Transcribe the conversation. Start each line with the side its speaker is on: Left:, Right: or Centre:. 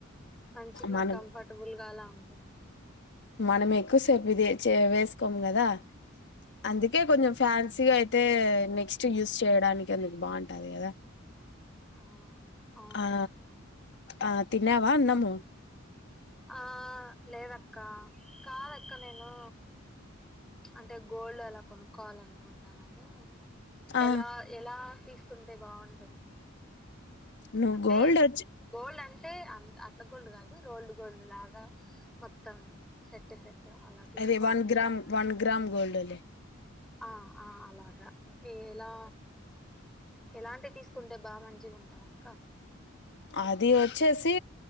Centre: మంచిగా
Left: మనం
Centre: కంఫర్టబుల్ గా అలా ఉంటుంది
Left: మనం ఎక్కువసేపు ఇది వేసుకోం కదా అందుకే కొంచెం ఫ్యాన్సీగా అయితే నెక్స్ట్ యూస్ చేయడానికి అందుకు బాగుంటది కదా
Centre: ఆ అవునులేండి
Left: ఆ
Centre: అక్క
Left: ఆ తినవాన్నము
Centre: ఆ లేదక్క కాదక్క నేను అంటే కోోళ్ళ అలా కొనుక్కోవాల అనుకుంటాన్నాను
Left: ఆ
Centre: ఎలా ఎలా తీసుకుంటే బాగుంటుంది
Left: నువ్వు
Centre: అంటే
Left: గోల్డ్ వచ్చి
Centre: గోల్డ్ అండ్ అంటే అ అట్లా గోల్డ్ కాదు రోల్డ్ గోల్డ్ లాగా మొత్తం మొత్తం సెట్ సెట్ అలా తీసుకోవాలనుకుంటాను
Left: అది వన్ గ్రామ్ వన్ గ్రామ్ గోల్డ్లే
Centre: ఆ ఆ అలాగా ఎలా ఎలాంటి తీసుకుంటే బా మంచిగా ఉంటారు అక్క
Left: అది వచ్చేసి